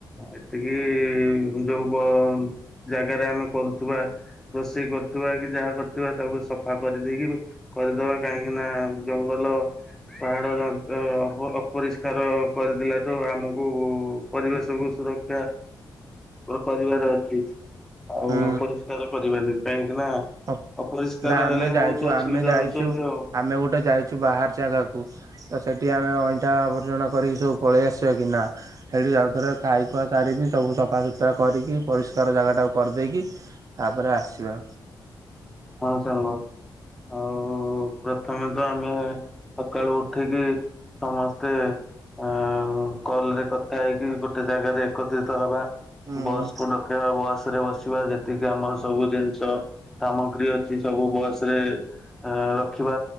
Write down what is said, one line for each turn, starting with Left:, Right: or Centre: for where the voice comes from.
Centre: ଏତିକି ଯୋଉ ବ ଜାଗାରେ ଆମେ କରୁଥିବା ରୋଷେଇ କରୁଥିବା କି ଯାହା କରୁଥିବା ତାକୁ ସଫା କରିଦେଇକି କରିଦବା କାହିଁକି ନା ଜଙ୍ଗଲ ପାହାଡର ଅ ଅଭେ ଅପରିଷ୍କାର କରିଦେଲାକୁ ଆମକୁ କୁ ପରିବେଶ କୁ ସୁରକ୍ଷା କ କରିବାର ଅଛି। ଆଉ
Right: ହୁଁ।
Centre: ଅପରିଷ୍କାର କରିବାନି କାହିଁକି ନା
Right: ଅବ୍,
Centre: ଅପରିଷ୍କାର
Right: ଏଇଟା ଆମେ
Centre: ହେଲେ
Right: ଯାଇଛୁ
Centre: ବହୁତ ଅସୁବିଧା
Right: ଆମେ ଯାଇଛୁ
Centre: ହଉଛନ୍ତି ଆଉ
Right: ଆମେ ଗୋଟେ ଯାଇଛୁ ବାହାର ଜାଗାକୁ ତ ସେଇଠି ଆମେ ଅଇଁଠା ଆବର୍ଜନା କରିକି ସବୁ ପଳେଇ ଆସିବା କି ନା। ହେଇଠି ଆଉଥରେ ଖାଇଖୁଆ ସାରିକି ସବୁ ସଫାସୁତୁରା କରିକି ପରିଷ୍କାର ଜାଗାଟାକୁ କରିଦେଇକି ତାପରେ ଆସିବା।
Centre: ହଁ ସାଙ୍ଗ ଆଉ କୁ ପ୍ରଥମେ ତ ଆମେ ସକାଳୁ ଉଠିକି ସମସ୍ତେ ଅ କଲରେ କଥା ହେଇକି ଗୋଟେ ଜାଗାରେ ଏକତ୍ରିତ ହବା।
Right: ହୁଁ
Centre: ବସ୍ କୁ ଡକେଇବା ବସ ରେ ବସିବା ଯେତିକି ଆମର ସବୁ ଜିନିଷ ସାମ ଗ୍ରୀ ଅଛି ସବୁ ବସ ରେ ଅ ରଖିବା